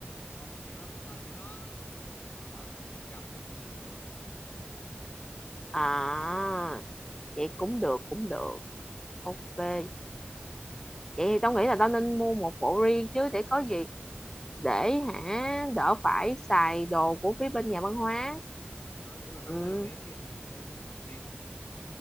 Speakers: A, on the left (about 60°); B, on the left (about 15°).
A: không rẻ lắm tao nhớ một bộ cỡ từ trăm đến trăm rưỡi rồi
B: à vậy cũng được cũng được
A: Đúng
B: ok
A: rồi.
B: vậy thì tao nghĩ là tao nên mua một bộ riêng chứ để có gì để hả đỡ phải xài đồ của phía bên nhà văn hóa
A: ừ tức là tao
B: ừ
A: mới là mày đến gì mà mày nên mua một bộ riêng